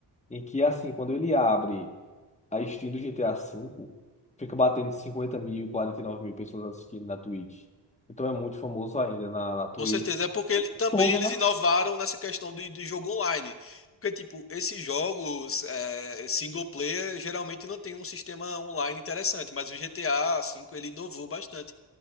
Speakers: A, on the left (about 15°); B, on the left (about 30°).
A: Em que, assim, quando ele abre a stream do GTA V, fica batendo 50 mil, 49 mil pessoas assistindo na Twitch. Então é muito famoso ainda na, na Twitch.
B: Com certeza, é porque ele,
A: O mundo
B: também
A: todo,
B: eles
A: né?
B: inovaram nessa questão de, de jogo online. Porque, tipo, esses jogos é, single player geralmente não tem um sistema online interessante, mas o GTA V ele inovou bastante